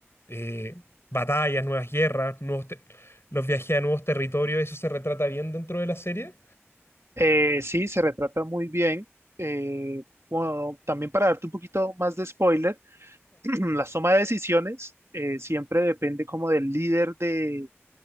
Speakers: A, on the left (about 60°); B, on the right (about 70°).
A: eh, batallas, nuevas guerras, nuevos te- los viajes a nuevos territorios, eso se retrata bien dentro de la serie.
B: Eh, sí, se retrata muy bien. Eh, bueno, también para darte un poquito más de spoiler, <clears throat> la toma de decisiones eh, siempre depende como del líder de,